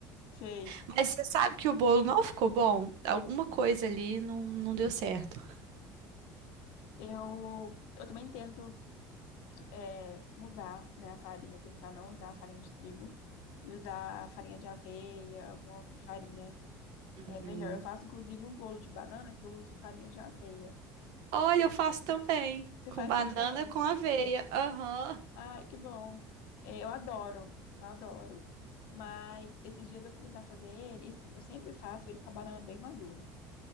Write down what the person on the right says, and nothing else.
Mas você sabe que o bolo não ficou bom? Alguma coisa ali não, não deu certo.
Uhum.
Olha, eu faço também,
com
banana
com aveia. Aham.